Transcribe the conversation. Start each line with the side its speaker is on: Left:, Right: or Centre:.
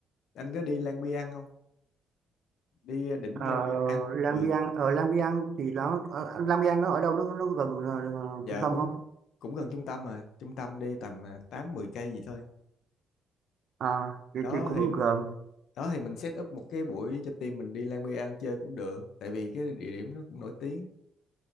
Left: anh có đi Lang Biang không đi ờ, đỉnh
Right: Ờ,
Left: Lan Biên ăn cũng
Right: Lang
Left: được
Right: Biang ở Lang Biang thì nó ờ, Lang Biang nó ở đâu nó nó gần ờ, ờ,
Left: dạ
Right: trung tâm
Left: cũng
Right: không?
Left: cũng gần trung tâm mà trung tâm đi tầm ờ, 8 10 cây gì thôi
Right: À, thì,
Left: đó
Right: thì cũng
Left: thì
Right: gần
Left: đó thì mình set up một cái buổi cho team mình đi Lan Biên ăn chơi cũng được tại vì cái địa điểm nó cũng nổi tiếng